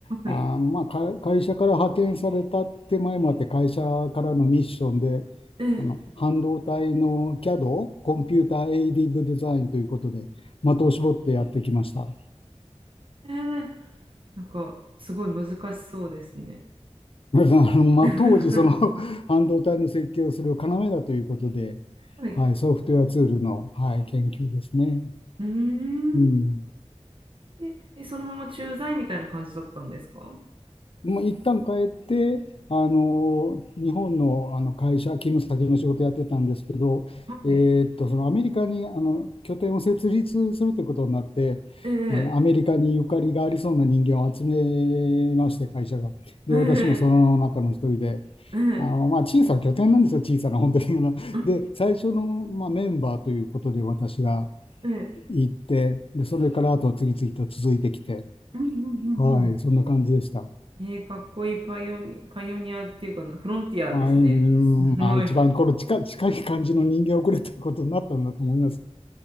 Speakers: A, on the left; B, on the right.
A: あのまあ、
B: い。
A: か会社から派遣されたって前もあって会社からのミッションで
B: ええ、
A: あの半導体の CAD、コンピューターエイディッドデザインということで的を絞ってやってきました。
B: ええ、なんか、すごい難しそうですね。
A: <laughs> 皆さんあのまあ、
B: <laughs>
A: 当時その <laughs> 半導体の設計をする要だということで、
B: はい。
A: はい、ソフトウェアツールの、はい、研究ですね。
B: うーん。
A: うん
B: で、え、そのまま駐在みたいな感じだったんですか
A: まあ、一旦帰って、あの日本の、あの会社、勤務先の仕事やってたんですけど、
B: はい。
A: えーっと、そのアメリカにあの拠点を設立するということになって、
B: ええ、
A: えーアメリカにゆかりがありそうな人間を集めまして、会社が。で、
B: ええ。
A: 私もその中の一人で、
B: うん、
A: あのまあ、小さな拠点なんですよ、小さな、本当に。あので、
B: うん、
A: 最初の、まあ、メンバーということで、私が
B: うん。
A: 行って、で、それからあとは次々と続いてきて、
B: うんうんうん
A: はい、そんな感じでした。
B: うん。えー、かっこいいパイオニ、パイオニアっていうかな、フロンティアですね。
A: まあ、うん、
B: すごい、
A: まあ、一番この近、
B: かっ
A: 近い感じの人間をくれということになったんだと思います。